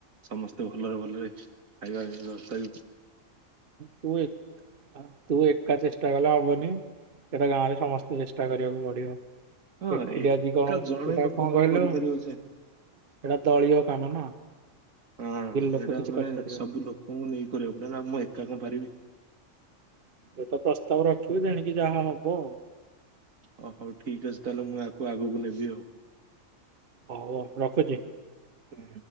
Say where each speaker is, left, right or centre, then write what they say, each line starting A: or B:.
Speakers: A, on the right (about 80°); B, on the right (about 45°).
A: ସମସ୍ତେ ଭଲରେ ଭଲରେ ଖାଇବା ବ୍ୟବସ୍ଥାବି
B: ହୁଁ ତୁ ତୁ ଏକା ଚେଷ୍ଟା କଲେ ହବନି। ସେଇଟା ଗାଁ ରେ ସମସ୍ତେ ଚେଷ୍ଟା କରିବାକୁ ପଡିବ।
A: ହଁ
B: ଏକୁଟି
A: ଏକା
B: ଆଜି କଣ ସେଇଟା
A: ଜଣେ ଲୋକ
B: କଣ କହିଲ
A: କରିପାରିବ ଯେ
B: <inaudible> ଏଟା ଦଳୀୟ କାମ ନା <inaudible>
A: ହଁ ଏଇଟା
B: ଲୋକ କିଛି
A: ମାନେ
B: କରିପାରିବନି
A: ସବୁ ଲୋକଙ୍କୁ ନେଇ କରିବାକୁ ପଡେ ନା ମୁଁ ଏକା କଣ ପାରିବି।
B: ଏ ତ ପ୍ରସ୍ତାବ ରଖିବି ଦେଣିକି ଯାହା ହବ ଆଉ
A: ଓ ହଉ ଠିକ ଅଛି ତାହେଲେ ମୁଁ ଆକୁ ଆଗକୁ ନେବି ଆଉ
B: ହଉ ହଉ ରଖୁଛି।
A: ହୁଁ।